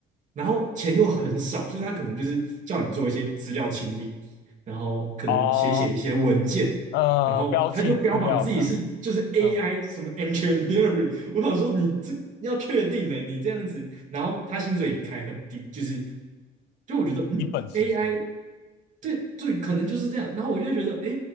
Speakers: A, on the right (about 45°); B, on the left (about 85°).
A: 然后钱又很少，就是它可能就是叫你做一些资料清理，然后可能写写一些文件，
B: 哦，呃，
A: 然后他就标榜自己是就是
B: 标记资料这样，
A: AI
B: 嗯，
A: 什么 engineering，我想说你这要确定呢、你这样子，然后他薪水也开很低，就是就我觉得嗯，AI
B: 一本实习。
A: 对对，可能就是这样，然后我就觉得哎